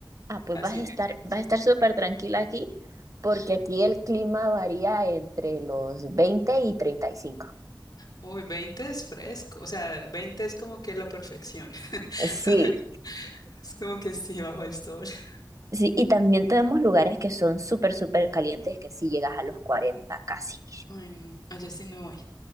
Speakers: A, on the right; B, on the left.
A: Ah, pues
B: Casi.
A: vas a estar,
B: sí.
A: vas a estar súper tranquila aquí, porque aquí el clima varía entre los 20 y 35.
B: Uy, 20 es fresco. O sea, 20 es como que la perfección. <laughs>
A: Sí,
B: Es como que sí, bajo el sol. <laughs>
A: sí, y también tenemos lugares que son súper, súper calientes, que sí llegas a los 40 casi.
B: Ay, no, allá sí no voy.